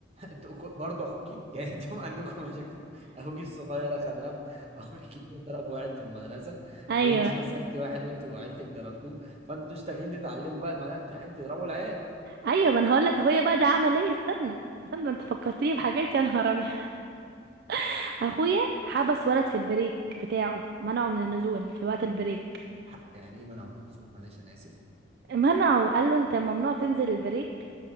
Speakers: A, on the right; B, on the right.
A: انتوا أكو- برضه اخوكي <laughs> يعني انتوا عندكم مشاكل اخوكي الصغير اخد رفض اخوك الكبير ضرب واحد في المدرسه
B: ايوه
A: وانت <laughs> مسكتي واحد وانت وعيلتك ضربتوه فانتوا مش داخلين تتعلموا بقى ما لا انتوا رايحين تضربوا العيال
B: ايوه ما انا هقول لك اخويا بقى ده عمل ايه استنى استنى انت فكرتني بحاجات يا نهار ابيض <laughs> اخويا حبس ولد في البريك بتاعه منعه من النزول في وقت البريك
A: حق- يعني ايه منعوا من النزول معلش انا اسف
B: منعه قال له انت ممنوع تنزل البريك